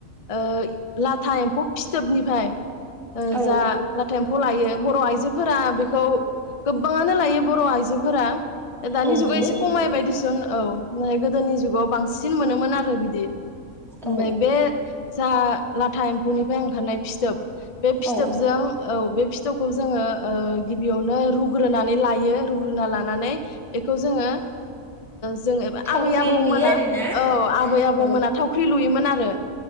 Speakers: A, on the left (about 40°); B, in the centre.
A: ओ लाथा एम्फौ फिथोबनिफ्राय ओ
B: औ
A: जा एम्फौ लायो बर आइजोफोरा बेखौ गोबांङानो लायो बर आइजोफोरा दानि
B: औ नंगौ
A: जुगा एसे खमायबायाय दिसुन औ ओफ्राय गोदोनि जुगाव बांसिन मोनोमोन आरो बिदि उम
B: औ
A: बाय बे जा लाथा एम्फौनिफ्राय ओंखारनाय फिथोब बे फिथोबजों
B: औ
A: औ बे फिथौखौ जोंङो ओ गिबियावनो रुग्रोनानै लायो रुग्रोना लानानै बेखौ ओ जोंङो जों
B: थावख्रि
A: आबै आबौमोना
B: लुयो आरोना
A: औ आबै आबौमोना
B: औ
A: थावख्रि लुयोमोन आर आरो